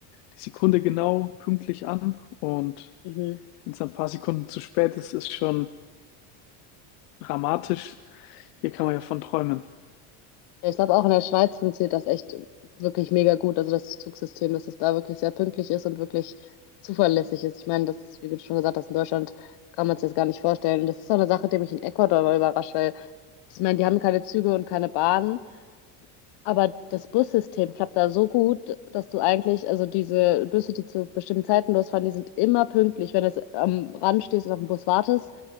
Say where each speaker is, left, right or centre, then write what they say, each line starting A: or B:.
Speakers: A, on the left (about 75°); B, on the left (about 60°).
A: die Sekunde genau pünktlich an und
B: Mhm.
A: wenn es ein paar Sekunden zu spät ist, ist schon dramatisch. Hier kann man ja von träumen.
B: Ja, Ich glaube, auch in der Schweiz funktioniert das echt wirklich mega gut. Also das Zugsystem, dass es da wirklich sehr pünktlich ist und wirklich zuverlässig ist. Ich meine, das ist, wie du schon gesagt hast, in Deutschland kann man es jetzt gar nicht vorstellen. Und das ist auch eine Sache, die mich in Ecuador mal überrascht, weil ich meine, die haben keine Züge und keine Bahnen. Aber das Bussystem klappt da so gut, dass du eigentlich, also diese Busse, die zu bestimmten Zeiten losfahren, die sind immer pünktlich, wenn du am Rand stehst und auf den Bus wartest.